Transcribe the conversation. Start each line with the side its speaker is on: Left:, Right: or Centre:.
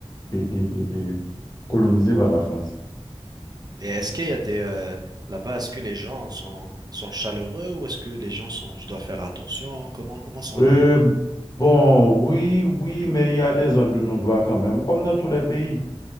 Left: et, et- et- et colonisé par la France.
Right: Et est-ce qu'il y a des euh, là-bas, est-ce que les gens sont sont chaleureux ou est-ce que les gens sont, je dois faire attention? Comment comment sont
Left: Euh,
Right: les?
Left: bon, oui, oui, mais il y a des zones de non-droit quand même, comme dans tous les pays.